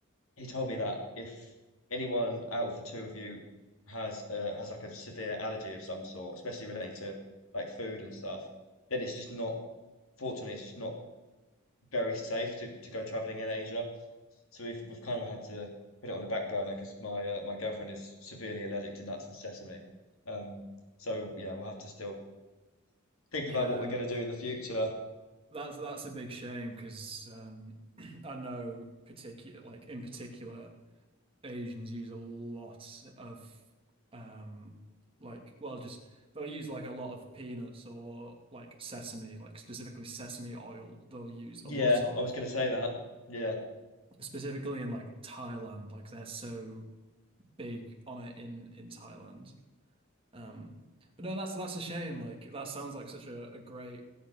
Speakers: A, on the left; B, on the right.
A: he told me that if anyone out of the two of you has uh, has like a severe allergy of some sort, especially relating to like food and stuff, then it's just not, fortunately, it's just not very safe to, to go traveling in Asia. So we've we've kind of had to put it on the back burner because my uh, my girlfriend is severely allergic to nuts and sesame. Um, so yeah, we'll have to still think
B: Yeah,
A: about what we're
B: that's
A: going to do in the future.
B: that's that's a big shame because um, <clears throat> I know particular like in particular Asians use a lot of um, like well just they'll use like a lot of peanuts or like sesame like specifically sesame oil they'll use a
A: Yeah,
B: lot of
A: I was going to say that. Yeah,
B: specifically in like Thailand, like they're so big on it in in Thailand. Um, but no, that's that's a shame. Like that sounds like such a, a great